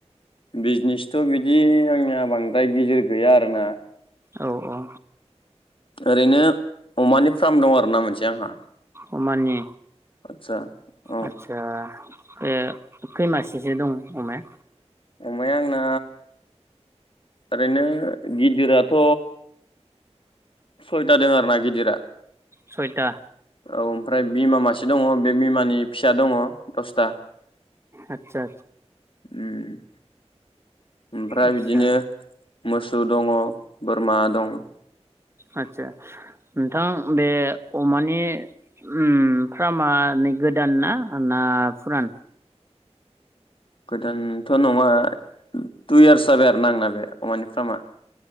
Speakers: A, on the left; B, on the right.
A: बिजिनेसथ' बिदि आंनिया बांद्राय गेजेर गैया आरोना।
B: औ औ।
A: ओरैनो अमानि फार्म दं आरो ना मोनसे आंहा।
B: अमानि।
A: आदसा औ
B: आतसा। ए खैमासेसो दं अमाया।
A: अमाया आंना ओरैनो गिदिराथ' सयथा दं आरोना गिदिरा।
B: सयथा
A: औ ओमफ्राय। बिमा मासे दङ बे बिमानि फिसा दङ। दसथा
B: आदसा
A: उम। ओमफ्राय
B: आदसा
A: बिदिनो मोसौ दङ बोरमा दं।
B: आदसा। नोंथां बे अमानि उम फार्मा नै गोदान ना ना फुरा
A: गोदान थ' नङा टु इयार्स जाबाय आरो आंना बे अमानि फार्मा।